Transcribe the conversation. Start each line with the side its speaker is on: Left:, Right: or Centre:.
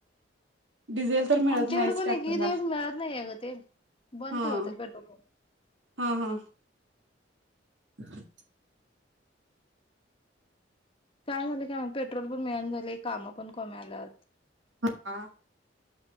Right: डिझेल तर मिळत
Left: आमच्याकडे
Right: नाहीच
Left: पण
Right: ट्रॅक्टरला
Left: एकेक दिवस मिळत नाहीये ग ते बंद
Right: हा
Left: ठेवतात पेट्रोल पंप
Right: हा हा <unintelligible>
Left: काय झालंय काय माहित पेट्रोल पण मिळना झालंय काम पण कमी आल्यात
Right: हा